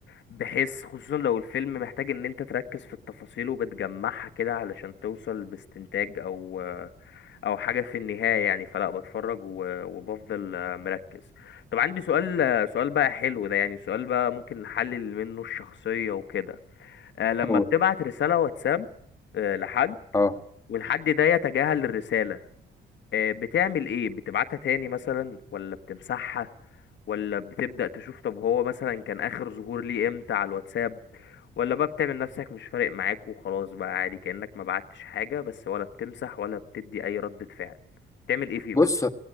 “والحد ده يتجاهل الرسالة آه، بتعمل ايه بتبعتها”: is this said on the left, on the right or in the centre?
Left